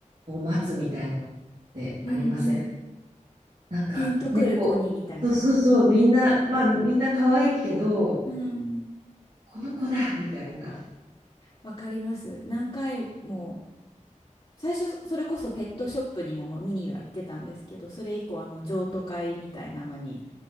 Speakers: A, on the right (about 65°); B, on the left (about 50°).
A: を待つみたいのってありません。
B: うん、うん。
A: なんか猫、
B: ピンとくる子にみたいな。
A: そうそうそう、みんな、まあみんな可愛いけど、
B: うんうん。
A: この子だみたいな。
B: わかります。何回も、最初、それこそペットショップにも、まあ、見には行ってたんですけど、それ以降、あの、譲渡会みたいなのに、